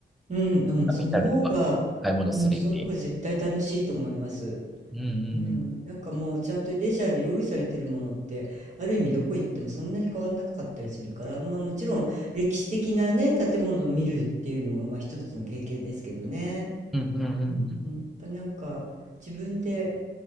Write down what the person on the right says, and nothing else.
うん、うんその方が、
うん、その方が絶対楽しいと思います。
うん、なんかもうちゃんとレジャーで用意されてるものってある意味どこ行ってもそんなに変わんなかったりするから、まあ、もちろん歴史的なね建物を見るっていうのもまあ一つの経験ですけどね、
うん、やっぱなんか自分で